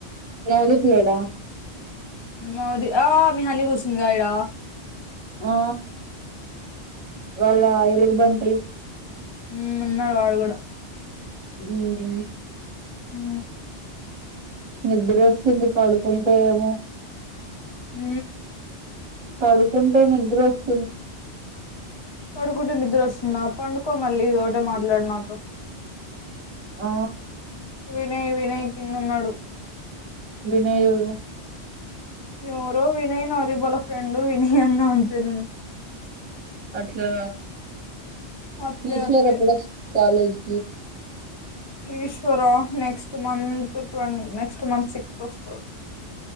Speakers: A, on the right; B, on the left.
A: నవదీప్ లేడా
B: ఊ అది ఆ మీ హని కూసిందిరా ఈడ
A: ఆ వాళ్ళ ఎలుగు బం టి
B: ఉ ఉన్నారు వాడు కూడా
A: హ
B: హు
A: నిద్ర వస్తుంది పడుకుంటే ఏమో
B: ఊ
A: పడుకుంటే నిద్ర వస్తు
B: పడుకుంటే నిద్రవస్తు నా పండు కో మళ్ళీ ఇదొకటే మాట్లాడు నాతో
A: ఆ
B: వినయ్ వినయ్ కిందన్నాడు
A: వినయ్ ఎవరు
B: ఎవరో వినయ్ నాది వాళ్ళ ఫ్రెండు వినయ్ అన్న అంతే నేను
A: అట్లా
B: అట్లే
A: ఈశ్వర్
B: అట్లే
A: ఎప్పుడ కాలేజ్ ఏ
B: ఈశ్వరా నెక్స్ట్ మంత్ ట్వ నెక్స్ట్ మంత్ సిక్స్త్ వస్తాడు